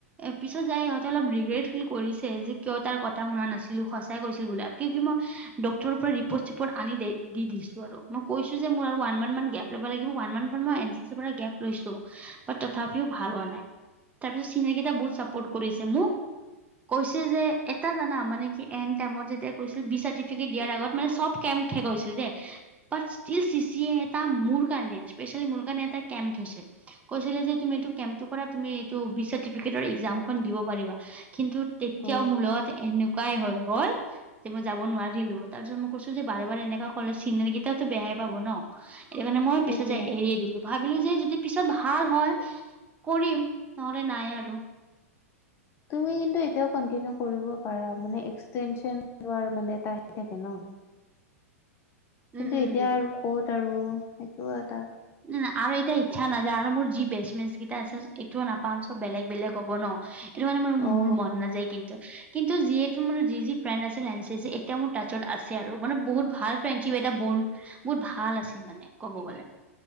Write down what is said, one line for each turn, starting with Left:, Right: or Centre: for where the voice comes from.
Right: এ পিছত যাই ইহঁতে অলপ ৰিগ্ৰেট ফিল কৰিছে যে কিয় তাৰ কথা শুনা নাছিলো সঁচাই কৈছিল বোলে আত কি কি মই ডক্টৰৰ পৰা ৰিপৰ্ট-চিপৰ্ট আনি দে দি দিছো আৰু। মই কৈছো যে মোৰ আৰু ওৱান মান মান গেপ ল'ব লাগিব ওৱান মান মান মই এন চি চি পৰা গেপ লৈছো। বাট তথাপিও ভাল হোৱা নাই তাৰপিছ চিনাকিটা বহুত চাপোৰ্ট কৰিছে মোক কৈছে যে এটা জানা মানে কি এন টাইমত যেতিয়া কৈছিল বি চাৰ্টিফিকেট দিয়াৰ আগত মানে চব কেম শেষ হৈছে যে but still C C A এটা মোৰ কাৰণে স্পেচিয়েলি মোৰ কাৰণে এটা কেম্প থৈছিল। কৈছিলে যে তুমি এইটো কেম্পটো কৰা তুমি এইটো বি চাৰ্টিফিকেটৰ এক্জাম খন দিব পাৰিবা কিন্তু তেতিয়াও
Left: অ
Right: মোৰ লগত এনেকু ৱা হয় গল যে মই যাব নোৱাৰিলো তাৰপিছত মই কৈছো যে বাৰে বাৰে এনেকা কলে চিনিয়ৰ গে টা তো বেয়াই পাব ন? এই মানে মই
Left: সেইটোয়ে
Right: পিছত যে এৰিয়ে দিলো। ভাবিলো যে যদি পিছত ভাল হয় কৰিম, নহ'লে নাই আৰু।
Left: তুমি কিন্তু এতিয়াও কন্টিনিউ কৰিব পাৰা মানে এক্সটেনচন লোৱাৰ মানে এটা হেৰি থাকে ন! কিন্তু
Right: উম উম
Left: এতিয়া আৰু ক'ত আৰু সেইটো এটা
Right: উম আৰু এতিয়া ইচ্ছা নাযায় আৰু মোৰ যি বেচ মেচ গেইটা আছিল এইটোও নাপাম চব বেলেগ বেলেগ হ'ব ন এইটো মানে মোৰ
Left: অ
Right: মোৰ মন নাযায় কিন্তু। কিন্তু, যিহেতু মানে যি যি ফ্ৰেণ্ড আছিল এন চি চি এতিয়া মোৰ টাট্চত আছে আৰু মানে বহুত ভাল ফ্ৰেণ্ডশ্বিপ এটা বণ্ড বহুত ভাল আছিল মানে ক'ব গলে।